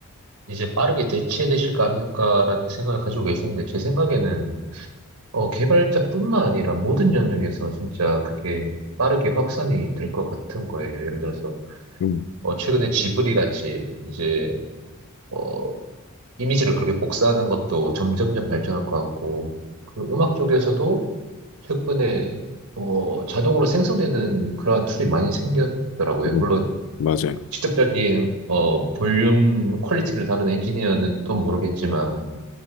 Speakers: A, on the right; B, on the left.
A: 이제 빠르게 대체되질까 않을까라는 생각을 가지고 계시는데, 제 생각에는 어, 개발자뿐만 아니라 모든 영역에서 진짜 그게 빠르게 확산이 될 것 같은 거예요. 예를 들어서,
B: 음,
A: 어, 최근에 지브리 같이 이제, 어, 이미지를 그렇게 복사하는 것도 점점점 발전할 것 같고, 그 음악 쪽에서도 최근에, 어, 자동으로 생성되는 그러한 툴이 많이 생겼더라고요.
B: 네,
A: 물론,
B: 맞아요.
A: 직접적인, 어, 볼륨 퀄리티를 다룬 엔지니어는 또 모르겠지만,